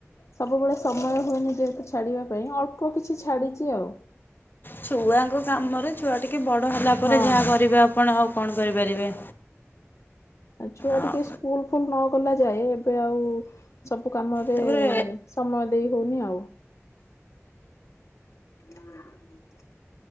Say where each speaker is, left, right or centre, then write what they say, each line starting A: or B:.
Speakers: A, on the left; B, on the left.
A: ସବୁବେଳେ ସମୟ ହୁଏନି ଦେହେତୁ ଛାଡିବା ପାଇଁ ଅଳ୍ପ କିଛି ଛାଡିଚି ଆଉ।
B: ଛୁଆଙ୍କ କାମରେ ଛୁଆ ଟିକେ ବଡ ହେଲା ପରେ
A: ହଁ
B: ଯାହା କରିବେ ଆପଣ ଆଉ କଣ କରିପାରିବେ?
A: ଆ ଛୁଆ
B: ଆଉ
A: ଟିକେ ସ୍କୁଲ ଫୁଲ ନ ଗଲା ଯାଏ ଏବେ ଆଉ ସବୁ କାମରେ
B: ତାପରେ
A: ସମୟ ଦେଇ ହେଉନି ଆଉ। ହଁ